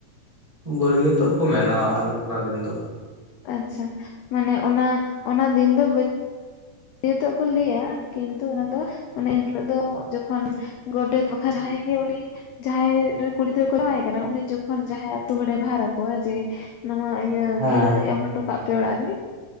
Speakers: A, on the right; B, on the left.
A: ᱵᱟᱹᱨᱭᱟᱹᱛᱚᱜ ᱠᱚ ᱢᱮᱱᱟᱣᱟ ᱟᱨ ᱚᱱᱟ ᱫᱤᱱ ᱫᱚ
B: ᱟᱪᱪᱷᱟ ᱢᱟᱱᱮ ᱚᱱᱟ ᱚᱱᱟ ᱫᱤᱱ ᱫᱚ ᱡᱮᱦᱮ ᱛᱚᱜ ᱠᱚ ᱞᱟᱹᱭᱟ ᱠᱤᱱᱛᱩ ᱚᱱᱟ ᱫᱚ ᱚᱱᱟ ᱮᱱᱦᱤᱞᱚᱜ ᱫᱚ ᱡᱚᱠᱷᱚᱱ ᱜᱚᱰᱮᱛ ᱵᱟᱠᱷᱟᱱ ᱡᱟᱦᱟᱭ ᱜᱮ ᱩᱱᱤ ᱡᱟᱦᱟᱸᱭ ᱨᱤᱱ ᱠᱩᱲᱤ ᱜᱤᱫᱽᱟᱹ ᱠᱚ ᱡᱟᱶᱟᱭ ᱠᱟᱱᱟ ᱩᱱᱤ ᱡᱚᱠᱷᱚᱱ ᱡᱟᱦᱟᱸᱭ ᱟ ᱟᱹᱛᱩ ᱦᱚᱲᱮ ᱵᱷᱟᱨ ᱟᱠᱚᱣᱟ ᱡᱮ ᱱᱚᱣᱟ ᱤᱭᱟᱹ
A: ᱦᱮᱸ
B: ᱜᱤᱨᱟᱹ ᱮᱢ ᱦᱚᱴᱚ ᱠᱟᱜ ᱯᱮ ᱚᱲᱟᱜ ᱨᱮ